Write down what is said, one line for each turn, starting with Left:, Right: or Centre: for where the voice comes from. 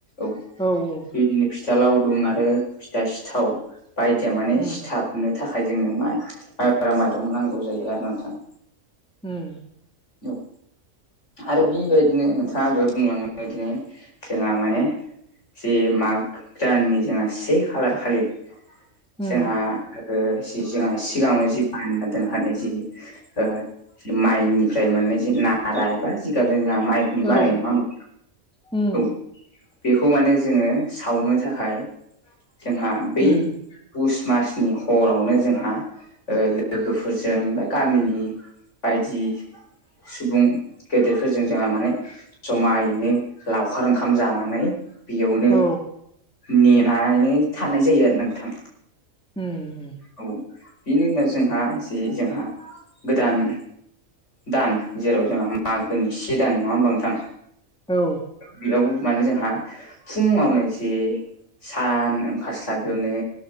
Left: औ।
Centre: औ औ।
Left: बिदिनो फिथा लावदुम आरो फिथा सिथाव बायदिया माने
Centre: उम
Left: सिथाब मोननो थाखाय जोंनो माइ माइब्रा माइरं नांगौ जायो आरो नोंथां।
Centre: उम।
Left: औ। आरो बेबायदिनो नोंथाङा दहाय बुंलांनाय बादिनो जोंहा माने जे माग दाननि जोंहा से खालार खालि
Centre: उम
Left: जोंहा ओ जि जोंहा सिगाङावनो जि बानना दोनखानाय जि ओ जि माइनि फ्राय मोननाय जि नारा एबा जिगाबजों जोंहा माइहुं
Centre: औ
Left: बानायो नङा होमबा?
Centre: उम
Left: औ बेखौ माने जोङो सावनो थाखाय जोंहा बै
Centre: उम
Left: पुस मासनि हरावनो जोंहा ओ लोगोफोरजों बा गामिनि बायदि सुबुं गेदेरफोरजों जोंहा माने जमायैनो लावखार ओंखाम जानानै बेयावनो
Centre: औ
Left: नेनानैनो थानाय जायो आरोना नोंथां।
Centre: उम उम।
Left: औ बेनि उनाव जोंहा जे जोंहा गोदान दान जेराव जोंहा मागोनि से दान नङा होमबा नोंथां?
Centre: औ।
Left: बेयाव माने जोंहा फुंङावनो जे सान ओंखारस्लाबैयावनो